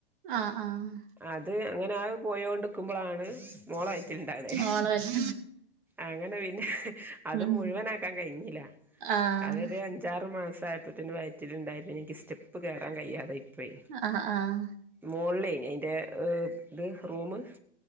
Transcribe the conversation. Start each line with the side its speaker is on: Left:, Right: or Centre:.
Right: ആഹ് ആഹ്
Centre: അത് അങ്ങനെ ആ പോയോണ്ടിക്കുമ്പോഴാണ് മോളാവയിറ്റിലുണ്ടായത്
Right: മോളെ പറ്റി
Centre: അങ്ങനെ പിന്നെ അതും
Right: ഉം ഉം
Centre: മുഴുവനാക്കാൻ കഴിഞ്ഞില്ല
Right: ആഹ്
Centre: അവർ അഞ്ചാറു മാസം ത്തിന് വയറ്റിലുണ്ടായപ്പോ എനിക്ക് സ്റ്റെപ്പ് കേയറാൻ കഴിയാതെ ആയിപൊയി
Right: ആഹ് ആഹ്
Centre: മോള്ലേ അതിന്റെ ഇത് റൂമ്